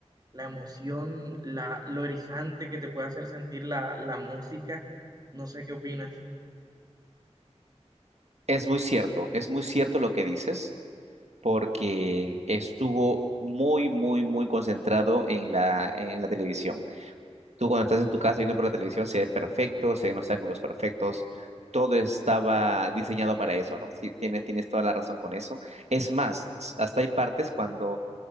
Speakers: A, on the right (about 35°); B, on the right (about 70°).
A: la emoción, la, lo erizante que te puede hacer sentir la, la música. No sé qué opinas.
B: Es muy cierto, es muy cierto lo que dices, porque estuvo muy, muy, muy concentrado en la, en la televisión. Tú cuando estás en tu casa viendo por la televisión se ve perfecto, se ven los ángulos perfectos, todo estaba diseñado para eso, ¿no? Sí, tienes, tienes toda la razón con eso. Es más, hasta hay partes cuando